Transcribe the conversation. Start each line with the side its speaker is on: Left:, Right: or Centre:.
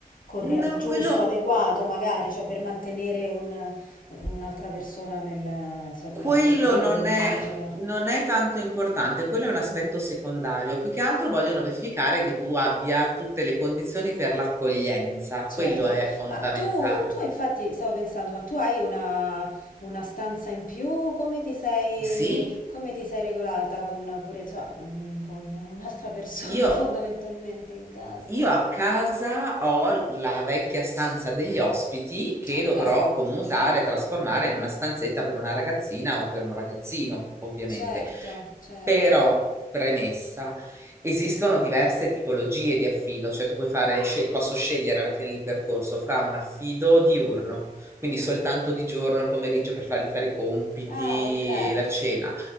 Left: corre-
Right: No,
Left: giusto,
Right: quello,
Left: adeguato, magari, cioè per mantenere un- un'altra persona nel, insomma,
Right: quello
Left: durante il periodo,
Right: non
Left: immagino.
Right: è, non è tanto importante, quello è un aspetto
Left: Mm,
Right: secondario. Più che altro vogliono verificare che tu abbia tutte le condizioni per l'accoglienza,
Left: certo,
Right: quello è fondamentale.
Left: ma tu, tu infatti stavo pensando, ma tu hai una, una stanza in più? Come ti sei,
Right: Sì,
Left: come ti sei regolata con, pure, insomma, mm, con un'altra persona
Right: io
Left: <laughs> fondamentalmente in casa?
Right: Io a casa ho la vecchia stanza degli ospiti che
Left: Ok,
Right: dovrò commutare, trasformare in una stanzetta per una ragazzina o per un ragazzino, ovviamente.
Left: certo, certo.
Right: Però, premessa, esistono diverse tipologie di affido, cioè tu puoi fare, sce- posso scegliere alla fine del percorso fra un affido diurno,
Left: Mm.
Right: quindi soltanto di giorno, il pomeriggio per fargli fare i compiti
Left: Ah, ok.
Right: e la cena